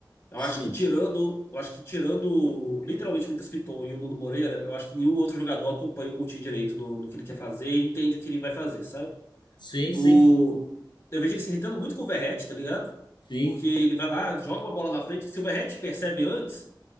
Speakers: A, on the left (about 30°); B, on the left (about 75°).
A: Eu
B: Sim.
A: acho que tirando, eu acho que tirando literalmente o Lucas Piton e o Nuno Moreira, eu acho que nenhum outro jogador acompanha o Coutinho direito no, no que ele quer fazer e entende o que ele vai fazer, sabe?
B: Sim,
A: O,
B: sim.
A: eu vejo ele se irritando muito com o Verratti, tá ligado?
B: Sim.
A: Porque ele vai lá, joga uma bola na frente, se o Verratti percebe antes,